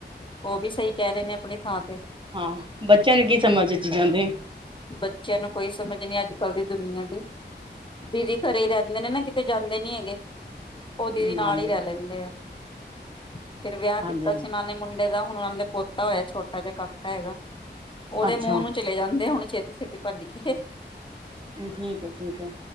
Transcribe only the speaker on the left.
ਉਹ ਵੀ ਸਹੀ ਕਹਿ ਰਹੇ ਨੇ ਆਪਣੀ ਥਾਂ ਤੇ
ਬੱਚਿਆਂ ਨੂੰ ਕੋਈ ਸਮਝ ਨਹੀਂੀ ਅੱਜ ਕੱਲ੍ਹ ਦੀ ਦੁਨੀਆਂ ਦੀ ਦੀਦੀ ਘਰੇ ਹੀ ਰਹਿੰਦੇ ਨੇ ਨਾ ਕਿਤੇ ਜਾਂਦੇ ਨੀ ਹੈਗੇ
ਉਹ ਦੀਦੀ ਨਾਲ
ਹੀ ਰਹਿ ਲੈਂਦੇ ਆ ਫੇਿਰ ਵਿਆਹ ਕੀਤਾ
ਸੀ ਇਹਨਾਂ ਨੇ ਮੁੰਡੇ ਦਾ ਹੁਣ ਉਹਨਾਂ ਦੇ ਪੋਤਾ ਹੋਇਆ ਛੋਟਾ ਜਿ ਕਾਕਾ ਹੈਗਾ ਉਹਦੇ
ਮੂੰਹ ਨੂੰ ਚਲੇ ਜਾਂਦੇ ਹੁਣ ੇਤੀ ਛੇਤੀ ਪੰਜਜੀ ਕੇ